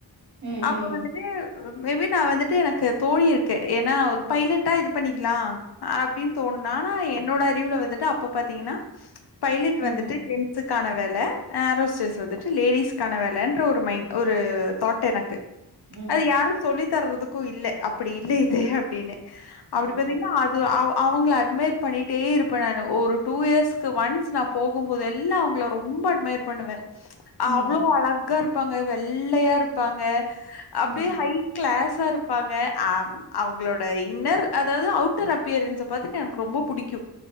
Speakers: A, on the right (about 45°); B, on the left (about 65°).
A: ம்
B: அப்ப வந்து ட்டு மே பி நா வந்துட்டு எனக்கு தோணி இருக்கு ஏன்னா ஒரு பைலட்டா இது பண்ணிக்கலா அப்டின்னு தோணுனா ஆனா என்னோட அறிவுல வந்துட்டு அப்ப பாத்தீங்கன்னா பைலட்
A: ம்
B: வந்துட்டு
A: ம்
B: ஜென்ஸுக்கான வேல அ ஏர் ஹோஸ்டஸ் வந்துட்டு லேடிஸ்கான வேலன்ற ஒரு மைண்ட் ஒ ரு தாட் எனக்கு
A: ம்
B: அது யாரு சொல்லி தர்றதுக்கு இல்ல அப்டி இல்ல இது அப்டின்னு அப்டி
A: ஆ
B: பாத்தீங்கன்னா
A: ஆ
B: அது அவோ அவங்கள அட்மயர் பண்ணிட்டே இருப்பே நானு ஒரு டூ இயர்ஸ்க்கு ஒன்ஸ் நா போகும்போதெல்லா அவங்கள ரொம்ப அட்மயர் பண்ணுவே
A: ம்
B: அவ்ளோ அழகா இருப்பாங்க வெள்ளயா இருப்பாங்க அப்டியே
A: ம்
B: ஹை கிளாஸா இருப்பாங்க ஆ அவங்களோட இன்னர் அதாவது அவுட்டர் அப்பியரன்ஸ பாத்துட்டு எனக்கு ரொம்ப புடிக்கு